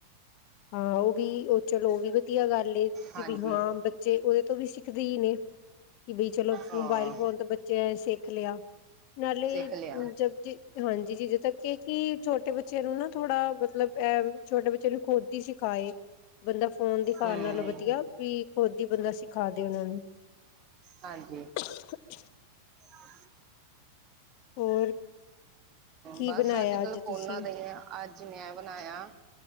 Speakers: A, on the left (about 45°); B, on the right (about 30°).
A: ਹਾਂ ਓ ਵੀ, ਓ ਚਲੋ ਓ ਵੀ ਵਧੀਆ ਗੱਲ ਏ। ਕਿ
B: ਹਾਂਜੀ
A: ਵੀ ਹਾਂ, ਬੱਚੇ ਓਦੇ ਤੋਂ ਵੀ ਸਿੱਖਦੇ ਈ ਨੇ। ਕਿ ਬਈ ਚਲੋ,
B: ਹਾਂ
A: ਮੋਬਾਈਲ ਫੋਨ ਤੋਂ ਬੱਚੇਐ ਸਿੱਖ ਲੇਆ। ਨਾਲੇ,
B: ਸਿੱਖ ਲਿਆ
A: ਜਦ ਹਾਂਜੀ, ਜਿਦੋਂ ਤੱਕ ਕਿ ਕੀ ਛੋਟੇ ਬੱਚੇਆਂ ਨੂੰ ਨਾ, ਥੋੜਾ ਮਤਲਬ ਐ, ਛੋਟੇ ਬੱਚੇਆਂ ਨੂੰ ਖੁ ਦ ਈ ਸਿਖਾਏ, ਬੰਦਾ ਫੋਨ ਦਿਖਾਨ
B: ਹਮ
A: ਨਾਲੋਂ ਵਦੀਆ ਵੀ ਖੁਦ ਈ ਬੰਦਾ ਸਿਖਾ ਦੇ, ਓਨਾਂ ਨੂੰ।
B: ਹਾਂਜੀ।
A: <inaudible>
B: <unintelligible>
A: ਹੋਰ। ਕੀ
B: ਬਸ
A: ਬਣਾਇਆ
B: ਅੱਜ-ਕੱਲ,
A: ਅੱਜ
B: ਫੋਨਾਂ
A: ਤੁਸੀਂ?
B: ਦਾ ਈ ਐ, ਅੱਜ ਮੈਂ ਐ ਬਨਾਏਆ